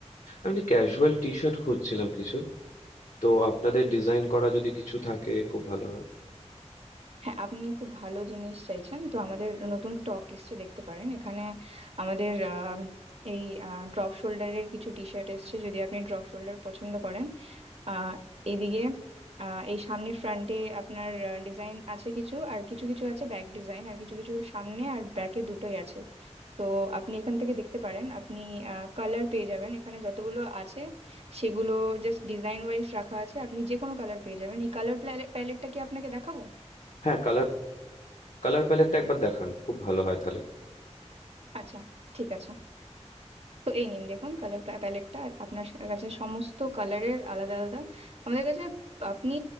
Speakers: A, on the left; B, on the right.
A: আমি ক্যাজুয়াল টি শার্ট খুঁজছিলাম কিছু তো আপনাদের ডিজাইন করা যদি কিছু থাকে খুব ভালো হয়
B: হ্যাঁ আপনি খুব ভালো জিনিস চাইছেন তো আমাদের নতুন স্টক এসছে দেখতে পারেন এখানে আমাদের আহ, এই ড্রপ শোল্ডারের কিছু টি শার্ট এসছে যদি আপনি ড্রপ শোল্ডার পছন্দ করেন আহ এইদিকে আহ এই সামনে ফ্রন্টে আপনার ডিজাইন আছে কিছু আর কিছু কিছু আছে ব্যাক ডিজাইন আর কিছু কিছু সামনে আর ব্যাকে দুটোই আছে তো আপনি এখান থেকে দেখতে পারেন আপনি কালার পেয়ে যাবেন এখানে যতগুলো আছে সেগুলো জাস্ট ডিজাইন ওয়াইজ রাখা আছে আপনি যে কোনো কালার পেয়ে যাবেন এই কালার প্যালেটটা কি আপনাকে দেখাবো
A: হ্যাঁ কালার কালার প্যালেটটা একবার দেখান খুব ভালো হয় তাহলে
B: আচ্ছা ঠিক আছে তো এই নিন দেখুন কালার প্যালেটটা আপনার সা- কাছে সমস্ত কালারের আলাদা আলাদা আমাদের কাছে আপনি